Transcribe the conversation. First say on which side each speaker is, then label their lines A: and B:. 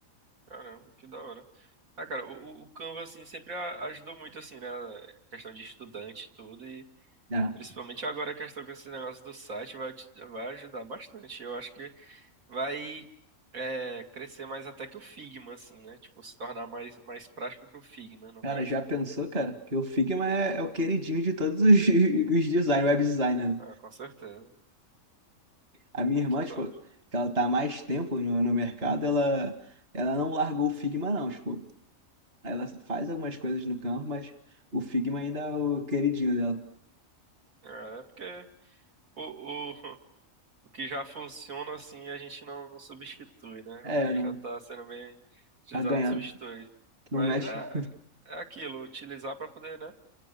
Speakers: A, on the right; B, on the right.
A: Caramba, que da hora. Ah, cara, o, o Canva, assim, sempre a- ajudou muito, assim, né, questão de estudante e tudo, e
B: Ah,
A: principalmente agora a questão com esse negócio do site vai, te- vai ajudar bastante. Eu acho que vai é, crescer mais até que o Figma, assim, né? Tipo, se tornar mais, mais prático que o Figma, no
B: cara,
A: caso.
B: já pensou, cara? Que o Figma é, é o queridinho de todos os, <laughs> os design, web designer. né?
A: Ah, com certeza.
B: A minha
A: Muito
B: irmã,
A: top.
B: tipo, que ela tá há mais tempo no, no mercado, ela, ela não largou o Figma, não. Tipo, ela faz algumas coisas no campo, mas o Figma ainda é o queridinho dela.
A: É, é porque o, o, <laughs> o que já funciona, assim, a gente não, não substitui, né?
B: É,
A: O que
B: não,
A: já tá sendo bem utilizado,
B: tá ganhando.
A: não substitui.
B: Não
A: Mas
B: mexe.
A: é, é aquilo, utilizar para poder, né?